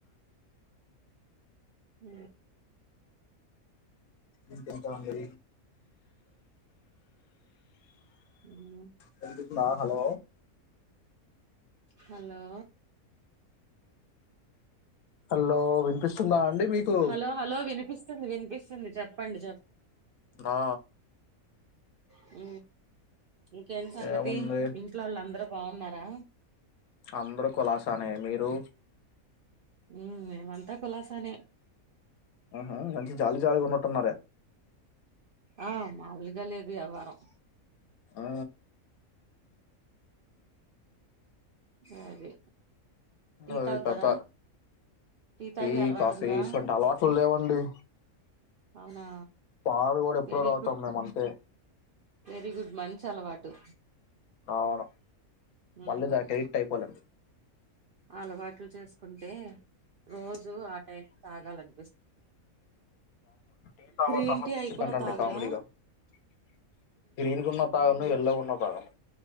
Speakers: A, on the right; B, on the left.
A: అ హ
B: ఇంకెంతండి
A: ఉమ్.
B: వినిపిస్తుందా హలో
A: హలో
B: హలో వినిపిస్తుందా అండి మీకు
A: హలో హలో వినిపిస్తుంది వినిపిస్తుంది చెప్పండి
B: ఆ
A: హ ఇంకేంటి సంగతి
B: ఏముంది
A: ఇంట్లో వాళ్ళు అందరు బాగున్నారా
B: అందరూ కులాసానే మీరు
A: ఉ మేమంతా కులాసానే
B: ఆహ మంచి జాలీ జాలీగా ఉన్నట్టున్నారే
A: ఆ మామూలుగా లేదు ఎవ్వరం
B: ఆ
A: అది టీ
B: అది
A: తాగుతారా
B: కత
A: తాగే
B: టీ
A: అలవాటు
B: కాఫీ
A: ఉందా
B: ఇటువంటి అలవాట్లు లేవండి
A: అవునా
B: పాలు కూడా ఎప్పుడో
A: వెరీ
B: తాగుతాం
A: గుడ్
B: మేము అంతే
A: వెరీ గుడ్ మంచి అలవాటు
B: అవును
A: ఉమ్
B: మళ్ళీ దానికి అడిక్ట్ అయిపోలేం
A: అలవాట్లు చేసుకుంటే రోజు ఆ టైం తాగాలని
B: ీతా
A: గ్రీన్
B: తల్లపుచ్చుతంటండి
A: టీ అయి కూడా తాగరా
B: కామెడీగా <unintelligible> గ్రీన్ గున్న తాగను ఎల్లో గున్న తాగను